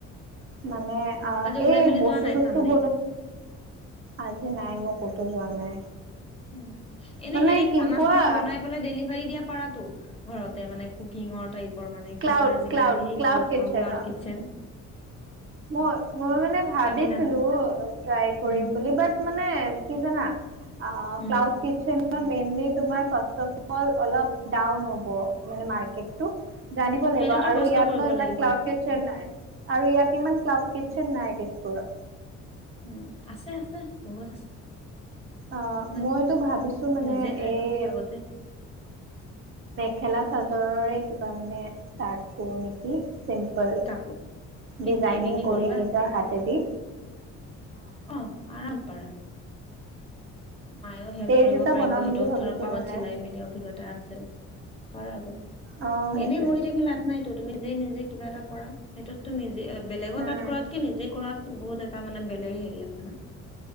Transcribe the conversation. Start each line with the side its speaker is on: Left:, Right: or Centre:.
Right: মানে মান অ
Left: আজি ওলাই
Right: এই
Left: মেলি
Right: বস্তু
Left: যোৱা নাই
Right: চস্তু
Left: চানডে
Right: ব আজি নাই মোক কতো যোৱা নাই
Left: উ এনে
Right: মানে
Left: হেৰি
Right: কি
Left: খানা
Right: কোৱা
Left: চানা বনাই পেলাই ডেলিভাৰী দিয়া। পাৰা টো ঘৰতে মানে কুকিঙৰ টাইপ মানে
Right: ক্লাউড
Left: কি কয় আজিকালি
Right: ক্লাউড
Left: ধেৰ
Right: ক্লাউড
Left: খুলিছে
Right: কিটচেন
Left: আহ ক্লাউ
Right: ন
Left: কিটচন
Right: মই মই মানে ভাবিছিলো
Left: কিনাৰত
Right: ট্ৰাই কৰিম
Left: উম
Right: বুলি বাট মানে কি জানা। অ
Left: উম
Right: ক্লাউড কিটচেন মেইনলি তমাৰ ফাৰ্ষ্ট অফ অল অলপ ডাউন হ'ব মানে মাৰ্কেটটো জানিব লাগিব
Left: সেইটোতো
Right: আৰু
Left: কষ্ট
Right: ইয়াত
Left: কৰিব
Right: ন ইমান
Left: লাগিব
Right: ক্লাউড কিটচেন নাই আৰু ইয়াত ইমান ক্লাউড কিটচন নাই তেজপুৰত
Left: উম আছে আছে বহুত আছে
Right: অ
Left: মই
Right: মইতো ভাবিছো মানে
Left: নিজে খাই
Right: এই
Left: চাইছো আগতে
Right: খেলা চাদৰৰে কিবা মানে ষ্টাৰ্ট কৰোঁ নেকি? চিম্পল
Left: কাপোৰ কিনি
Right: ডিজাইনিং
Left: বিক্ৰী
Right: কৰি
Left: কৰিবা
Right: নিজৰ হাতেদি
Left: অ আৰগ পাৰা মায়েও হেল্প
Right: পেজ
Left: কৰিব
Right: এটা
Left: পাৰিব
Right: বনাম
Left: সেইটোৰও
Right: বুলি ভাবিছো
Left: ফৰৰ পৰা
Right: মানে
Left: আাক চিলাই মেলি অভিজ্ঞতা আছে পাৰাতো
Right: অ সেইটোৱে
Left: এনেই বহি থাকি লাভ নাইতো তুমি যেই নিজে কিবা এটা কৰা সেইটোতো নিজে বেলেগৰ
Right: উম
Left: তাত কৰাতকে নিজে কৰাত বহুত এটা মানে বেলেগ হেৰি আছে না।